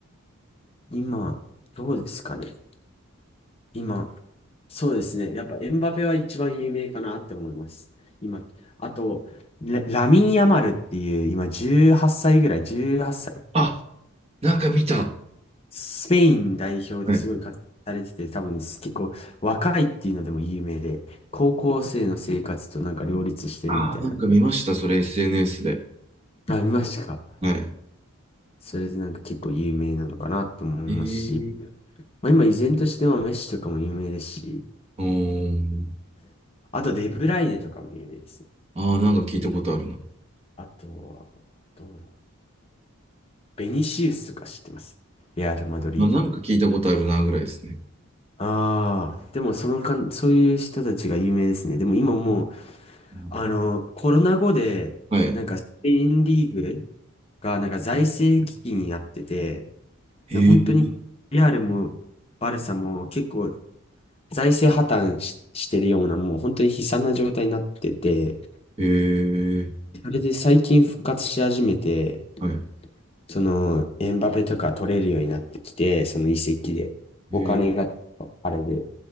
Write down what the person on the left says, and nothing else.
今、どうですかね。今、そうですね。やっぱエムバペは一番有名かなって思います。今、あと、ラ、ラミン・ヤマルっていう、今18歳ぐらい、18歳。
スペイン代表ですごい活躍されてて、
多分結構若いっていうのでも有名で、高校生の生活となんか両立してるみたいな。
あ、見ましたか。
それでなんか結構有名なのかなと思いますし、
まあ、今依然としてはメッシとかも有名ですし、
あとデブライネとかも有名ですね
あとは、どうだ。ベニシウスとか知ってます。レアル・マドリードの。
ああ、でもそのかん、そういう人たちが有名ですね。でも今もう、
あの、コロナ後で、
なんかスペインリーグがなんか財政危機になってて、
本当にレアルもバルサも結構財政破綻し、してるような、もう本当に悲惨な状態になってて、
それで最近復活し始めて、
その、エンバペとか取れるようになってきて、その移籍で。
お金が、あれで。